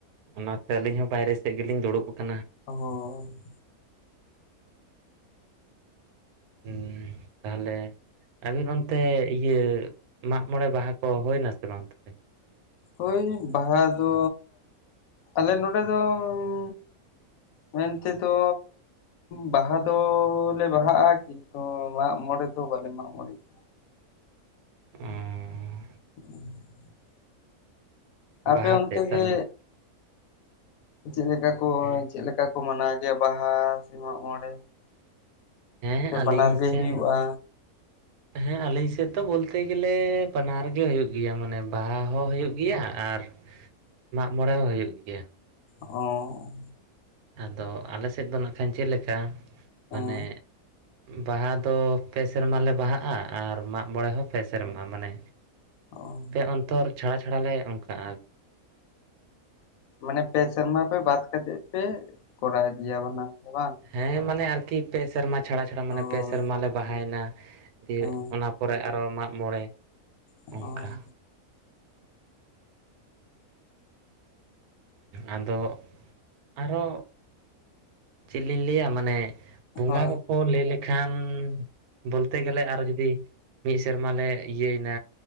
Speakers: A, on the right (about 80°); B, on the left (about 75°).
A: ᱚᱱᱟ ᱛᱮ ᱟᱹᱞᱤᱧ ᱦᱚᱸ ᱵᱟᱭ ᱨᱮ ᱥᱮᱫ ᱜᱮᱞᱤᱧ ᱫᱩᱲᱩᱵ ᱟᱠᱟᱱᱟ᱾
B: ᱚᱸ᱾
A: ᱦᱩᱸ ᱛᱟᱦᱚᱞᱮ ᱟᱹᱵᱤᱱ ᱚᱱᱛᱮ ᱤᱭᱟᱹ ᱢᱟᱜ ᱢᱚᱬᱮ ᱵᱟᱦᱟ ᱠᱚ ᱦᱳᱭ ᱮᱱᱟ ᱥᱮ ᱵᱟᱝ ᱛᱟᱦᱚᱞᱮ?
B: ᱦᱳᱭ ᱵᱟᱦᱟ ᱫᱚ ᱟᱞᱮ ᱱᱚᱰᱮ ᱫᱚ ᱩᱸ ᱢᱮᱱᱛᱮ‌ ᱫᱚ ᱵᱟᱦᱟ ᱫᱚᱞᱮ ᱵᱟᱦᱟᱜᱼᱟ, ᱠᱤᱱᱛᱩ ᱢᱟᱜ ᱢᱚᱬᱮ ᱫᱚ ᱵᱟᱞᱮ ᱢᱟᱜ ᱢᱚᱬᱮᱜᱼᱟ᱾
A: ᱩᱸ ᱻ
B: <inaudible> ᱟᱯᱮ
A: ᱵᱟᱦᱟ
B: ᱚᱱᱛᱮ
A: ᱛᱮᱫ
B: ᱜᱮ
A: ᱛᱟᱦᱚᱞᱮ
B: ᱪᱮᱫ ᱞᱮᱠᱟ ᱠᱚ,
A: ᱦᱮᱸ
B: ᱪᱮᱫ ᱞᱮᱠᱟ ᱠᱚ ᱢᱟᱱᱟᱣ ᱜᱮᱭᱟ ᱵᱟᱦᱟ ᱥᱮ ᱢᱟᱜ ᱢᱚᱬᱮ?
A: ᱦᱮᱸ
B: ᱥᱮ
A: ᱟᱹᱞᱤᱧ
B: ᱵᱟᱱᱟᱨ ᱜᱮ
A: ᱥᱮᱱ
B: ᱦᱩᱭᱩᱜᱼᱟ
A: ᱦᱮᱸ ᱟᱞᱤᱧ ᱥᱮᱫ ᱫᱚ ᱵᱚᱞᱛᱮ ᱜᱮᱞᱮ ᱵᱟᱱᱟᱨ ᱜᱮ ᱦᱩᱭᱩᱜ ᱜᱮᱭᱟ᱾ ᱢᱟᱱᱮ ᱵᱟᱦᱟ ᱦᱚᱸ ᱦᱩᱭᱩᱜ ᱜᱮᱭᱟ᱾ ᱜᱮᱭᱟ ᱟᱨ ᱢᱟᱜ ᱢᱚᱬᱮ ᱦᱚᱸ ᱦᱩᱭᱩᱜ ᱜᱮᱭᱟ᱾
B: ᱚᱻ᱾
A: ᱟᱫᱚ ᱟᱞᱮ ᱥᱮᱫ ᱫᱚ ᱱᱟᱜ ᱠᱷᱟᱱ ᱪᱮᱫ ᱞᱮᱠᱟ
B: ᱦᱮᱸ
A: ᱢᱟᱱᱮ ᱵᱟᱦᱟ ᱫᱚ ᱯᱮ ᱥᱮᱨᱢᱟ ᱞᱮ ᱵᱟᱦᱟᱜᱼᱟ ᱟᱨ ᱢᱟᱜ ᱢᱚᱬᱮ ᱦᱚᱸ ᱯᱮ ᱥᱮᱨᱢᱟ ᱢᱟᱱᱮ
B: ᱦᱚᱸ
A: ᱯᱮ ᱚᱱᱛᱚᱨ ᱪᱷᱟᱲᱟ ᱪᱷᱟᱲᱟ ᱞᱮ ᱚᱱᱠᱟᱜᱼᱟ ᱟᱹᱨᱠᱤ᱾
B: ᱢᱟᱱᱮ ᱯᱮ ᱥᱮᱨᱢᱟ ᱯᱮ ᱵᱟᱫ ᱠᱟᱛᱮᱜ ᱯᱮ ᱠᱚᱨᱟᱣ ᱜᱮᱭᱟ ᱵᱟᱱᱟᱨ ᱵᱟᱝ?
A: ᱦᱮᱸ ᱢᱟᱱᱮ ᱟᱨᱠᱤ ᱯᱮ ᱥᱮᱨᱢᱟ ᱪᱷᱟᱲᱟ ᱪᱷᱟᱲᱟ,
B: ᱦᱳᱭ
A: ᱢᱟᱱᱮ ᱯᱮ ᱥᱮᱨᱢᱟ ᱞᱮ ᱵᱟᱦᱟᱭ ᱮᱱᱟ, ᱫᱤᱭᱮ
B: ᱦᱮᱸ
A: ᱚᱱᱟ ᱯᱚᱨᱮ ᱟᱨᱚ ᱢᱟᱜ ᱢᱚᱬᱮ,
B: ᱦᱳᱭ
A: ᱚᱱᱠᱟ ᱟᱫᱚ ᱟᱨᱚ ᱪᱮᱫ ᱞᱤᱧ ᱞᱟᱹᱭᱼᱟ? ᱢᱟᱱᱮ ᱵᱚᱸᱜᱟ
B: ᱦᱳᱭ
A: ᱠᱚᱠᱚ ᱞᱟᱹᱭ ᱞᱮᱠᱷᱟᱱ ᱵᱚᱞᱛᱮ ᱜᱮᱞᱮ ᱟᱨᱚ ᱡᱩᱫᱤ ᱢᱤᱫ ᱥᱮᱨᱢᱟ ᱞᱮ ᱤᱭᱟᱹᱮᱱᱟ